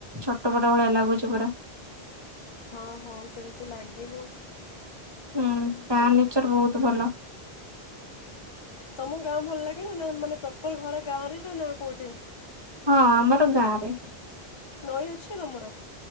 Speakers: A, on the right; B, on the left.
A: ଛଟ ପଟ ଭଳିଆ ଲାଗୁଛି ପୁରା।
B: ହଁ ହଁ ସେମିତି ଲାଗିବ।
A: ହୁଁ ତା ନେଚର ବହୁତ ଭଲ।
B: ତମକୁ ଗାଁ ଭଲ ଲାଗେନା ନା ମାନେ ପ୍ରପର ଘର ଗାଁ ରେ ନା ନା କୋଉଠି?
A: ହଁ ଆମର ଗାଁ ରେ।
B: ନଈ ଅଛି ତମର?